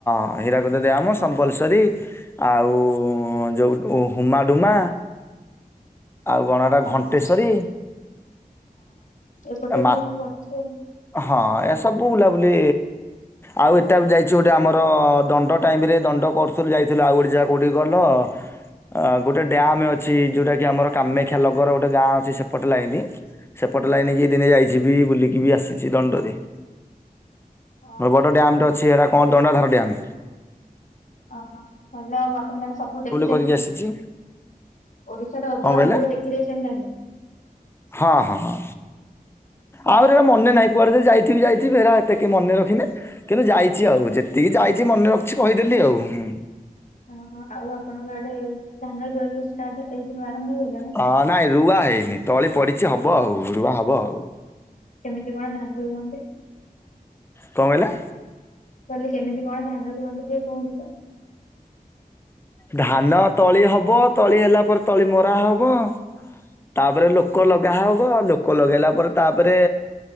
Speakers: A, on the left; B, on the left.
A: ହଁ, ହୀରାକୁଦୁ ଡ୍ୟାମ, ସମବ୍ଲସରୀ ଆଉ-ଉଁ ଯଉଁ ହୁମାଡୁମା। ଆଉ କଣ ଏଟା
B: ଓହ
A: ଘଣ୍ଟେଶ୍ଵରୀ
B: ହଁ ଏପଟେ
A: ମା
B: ଦିନେ ଦିନେ <unintelligible>
A: ହଁ ଏସବୁ ବୁଲା ବୁଲି ଆଉ ଏଟା ବି ଯାଇଛୁ ଗୋଟେ ଆମର ଦଣ୍ଡ ଟାଇମରେ ଦଣ୍ଡ କରୁଥିଲୁ ଯାଇଥିଲୁ ଆଉ ଗୋଟେ ଯାଗା କଉଠି କହିଲ ଆ ଗୋଟେ ଡ୍ୟାମ ଅଛି ଯୋଉଟା କି ଆମର କାମାକ୍ଷା ନଗର ଗୋଟେ ଗାଁ ଅଛି ସେପଟେ ଲାଇନି ସେପଟ ଲାଇନକି ଦିନେ ଯାଇଛିି ବି ବୁଲିକି ବି ଆସିଛି ଦଣ୍ଡରେ
B: ଓହୋ
A: ବଡ ଡ୍ୟାମ୍ ଟେ ଅଛି ସେଟା କଣ ଦଣ୍ଡାଧାର ଡ୍ୟାମ୍
B: ଓହୋ ଭଲ ଆଉ ଆପଣ ତାହେଲେ ସବୁ ଦେଖିଛନ୍ତି
A: କରିକି ଆସିଛି
B: ଓଡିଶାର ଅଧା
A: କଣ କହିଲେ
B: ଅଞ୍ଚଳ ଦେଖି ଦେଇଛନ୍ତି ତାହେଲେ
A: ହଁ ହଁଁ ହଁ ଆହୁରି ଏରା ମନେ ନାହିଁ କୁଆଡ଼େ ଯାଇଥି ଯାଇଥିବି ହେରା ଏତେକେ ମନେରଖି ନାହିଁ କିନ୍ତୁ ଯାଇଛି ଆଉ ଯେତିକି ଯାଇଛି ମନେ ରଖିଛି କହିଦେଲି ଆଉ ହୁଁ
B: ହଁ ଆଉ ଆପଣଙ୍କ ଆଡେ ଧାନ ରୁଆ ରୁଇ ଷ୍ଟାର୍ଟ ଏଇ ସବୁ ଆରମ୍ଭ ହେଇଗଲାଣି
A: ହଁ ନାଇଁ ରୁଆ ହେଇନି ତଳି ପଡ଼ିଛି ହବ ଆଉ ରୁଆ ହବ ଆଉ
B: କେମିତି କଣ ଧାନ ରୁଅନ୍ତି
A: କଣ କହିଲେ?
B: କହିଲି କେମିତି କଣ ଧାନ ରୁହନ୍ତୁ ଟିକେ କୁହନ୍ତୁ ତ
A: ଧାନ ତଳି ହବ ତଳି ହେଲା ପରେ ତଳି ମରା ହବ ତାପରେ ଲୋକ ଲଗା ହବ ଲୋକ ଲଗେଇଲା ପରେ ତାପରେ